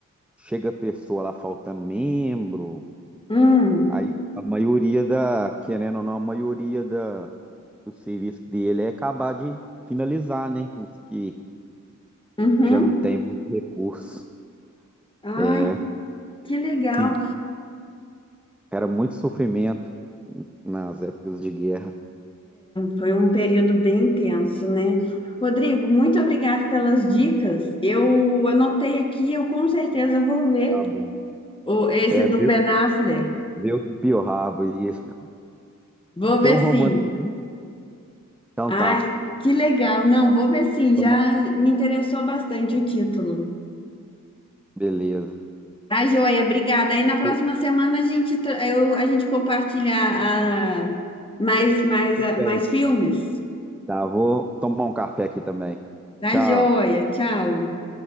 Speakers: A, in the centre; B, on the left.
A: chega a pessoa lá faltando membro,
B: Hum,
A: aí a maioria da, querendo ou não, a maioria da, do serviço dele é acabar de finalizar, né? Os que
B: uhum.
A: já não tem muito recurso. É,
B: Ai, que legal.
A: que era muito sofrimento nas épocas de guerra.
B: Foi um período bem intenso, né? Rodrigo, muito obrigado pelas dicas. Eu anotei aqui, eu com certeza vou ver
A: Tá bom.
B: o, esse
A: É,
B: do
A: viu?
B: Ben Affleck.
A: Viu do Pio Rabo, isso.
B: Vou ver
A: Tem um romance.
B: sim.
A: Uhum. Então
B: Ai,
A: tá,
B: que legal. Não, vou ver sim.
A: Toma,
B: Já me interessou bastante o título.
A: beleza.
B: Tá, joia, obrigada. Aí na próxima
A: Eu
B: semana a gente, tra- eu, a gente compartilha a- mais, mais,
A: tudo bem.
B: mais filmes.
A: Tá, vou tomar um café aqui também.
B: Tá,
A: Tchau.
B: joia. Tchau.